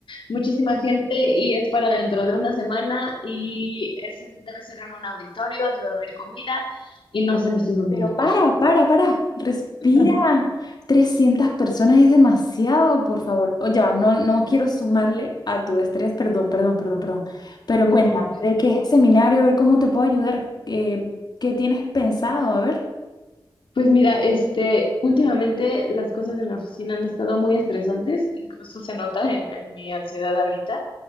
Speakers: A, on the left; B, on the left.
A: Muchísima gente y es para dentro de una semana y es, en- debe ser en un auditorio, debe haber comida y no se me estoy volviendo
B: Pero
A: loca.
B: para, para, para, respira.
A: <laughs>
B: trescientas personas es demasiado, por favor. Oye, va, no, no quiero sumarle a tu estrés, perdón, perdón, perdón, perdón. Pero
A: No,
B: cuéntame,
A: no, no.
B: ¿de qué es el seminario? A ver cómo te puedo ayudar. ¿Qué, qué tienes pensado? A ver.
A: Pues mira, este, últimamente las cosas en la oficina han estado muy estresantes, incluso se nota en, en mi ansiedad ahorita.